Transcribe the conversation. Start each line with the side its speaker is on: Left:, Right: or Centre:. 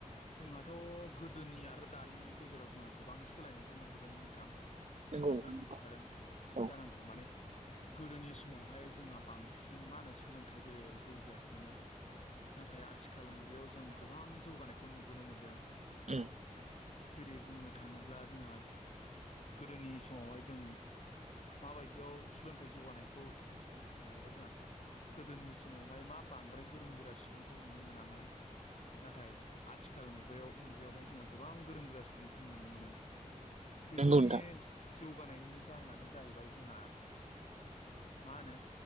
Left: जोंहाथ' गोदोनि आरो दानि गेजेराव जोंहा गोबां सोलायनायखौ नुबोदों नोंथां।
Right: नंगौ
Left: बयबो
Right: नोंथां
Left: नुबोखादों
Right: औ
Left: जानांगौ माने गोदोनि समावहाय जोंहा बांसिन मा होनो सोलोंथाइ बेलायाव जौगायाखैमोन। नाथाय आथिखाल मुगायाव जों गोबां जौगानायखौ नुबोनो मोनदों।
Right: <unintelligible>
Left: जेरै बुंनो थांङोब्ला जोंहा गोदोनि समावहाय जों माबायदियाव सोलोंथाइ जौगानायखौ मिथिदों होननो हायोबा जोंहा गोदोनि समावहाय मा बांद्राय गोरों गोरा सुबुंखौ नुनो मोनामोन। नाथाय आथिखाल आथिखाल मुगायाव मुगायावहाय जोंहा गोबां गोरों गोरा सुबुंखौ नुनो मोनो। बेफोरनि
Right: नंगौ उम नंगौ नोंथां
Left: जौगानायनि जाहोनानो जाहैबाय जोंहा मा होनो